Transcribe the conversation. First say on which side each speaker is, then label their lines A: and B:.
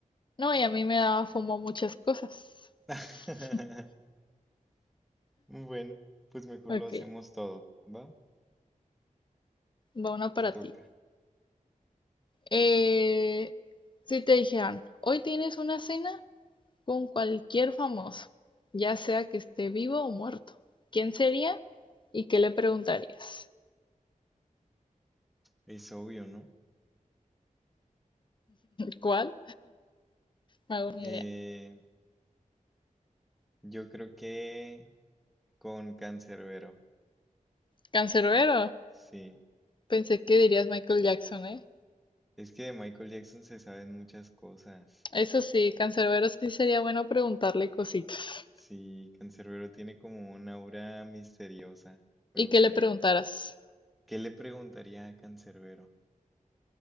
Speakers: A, on the left; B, in the centre.
A: No, y a mí me daba fomo muchas cosas.
B: <laughs>
A: <laughs>
B: Bueno, pues mejor
A: Ok,
B: lo hacemos todo, ¿va?
A: va una para
B: Te toca.
A: ti. Eh, si te dijeran, hoy tienes una cena con cualquier famoso, ya sea que esté vivo o muerto. ¿Quién sería y qué le preguntarías?
B: Es obvio, ¿no?
A: ¿Cuál? No hago ni
B: Eh,
A: idea.
B: Yo creo que con Cancerbero,
A: ¿Cancerbero?
B: sí.
A: Pensé que dirías Michael Jackson, ¿eh?
B: Es que de Michael Jackson se saben muchas cosas.
A: Eso sí, Cancerbero sí sería bueno preguntarle cositas.
B: Sí, Cancerbero tiene como una aura misteriosa, me
A: ¿Y
B: gustaría.
A: qué le preguntaras?
B: ¿Qué le preguntaría a Cancerbero?